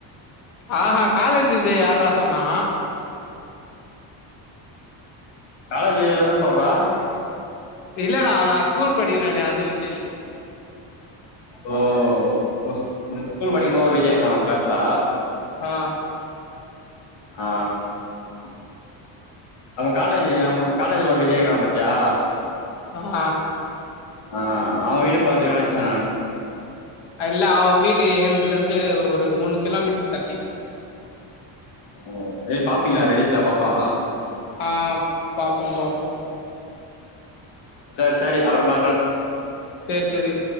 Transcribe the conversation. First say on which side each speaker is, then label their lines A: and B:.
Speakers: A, on the left; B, on the left.
A: ஆ ஆ காலேஜ் விஜய் யார்ர சொன்னா
B: காலேஜ் விஜய் தான்ட சொல்றான்
A: இல்லடா நான் ஸ்கூல் படிக்கிறேனே அந்த விஜய்
B: ஓ உன் உன் ஸ்கூல் படிக்கும்போது ஒரு விஜய் இருந்தானா உன் கிளாஸ்ல
A: ஆ
B: ஆ
A: <unintelligible>
B: நம்ம காலேஜ் நம்மக்கு காலேஜ்ல ஒரு விஜய் இருக்கிறான் பாத்தியா
A: ஆமா
B: ஆ அவன் வீடு பக்கத்திலையோ நினைச்சேன் நான்னு
A: அல்லா அவன் வீடு எந்துலந்து ஒரு மூணு கிலோமீட்டர் தட்டி
B: ஓ போய் பாப்பீங்களா ரெடீன்ஸ்ல அப்பப்போ
A: ஆ பாப்போம் பாப்போம்
B: செர் செரி அப்பொறம் பண்றேன்
A: சேர் சேரி